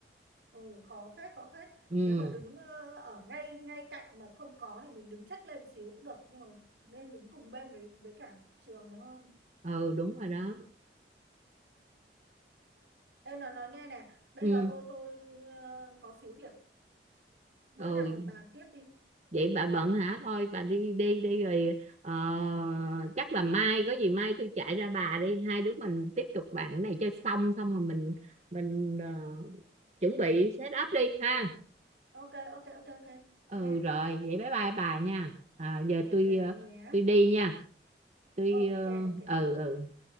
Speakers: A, on the right (about 75°); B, on the right (about 40°).
A: Ừ, khó phết khó phết
B: ừ
A: nếu mà đứng ờ, ở ngay ngay cạnh mà không có thì mình đứng chếch lên xíu cũng được nhưng mà nên đứng cùng bên với với cả trường thì hơn
B: ừ đúng rồi đó
A: Ê nó nói nghe nè bây
B: ừ
A: giờ tôi tôi ờ, có xíu việc bữa
B: ừ
A: nào mình bàn tiếp đi
B: vậy bà bận hả thôi bà đi đi đi rồi ờ, chắc là mai có gì mai tôi chạy ra bà đi hai đứa mình tiếp tục bạn cái này cho xong xong rồi mình mình ờ, chuẩn bị set up đi ha
A: ok ok ok ok
B: ừ
A: nhé
B: rồi vậy bye bye bà nha à, giờ
A: ok
B: tôi ờ,
A: thế nhé
B: tôi đi nha tôi
A: ok
B: ờ,
A: ok
B: ừ ừ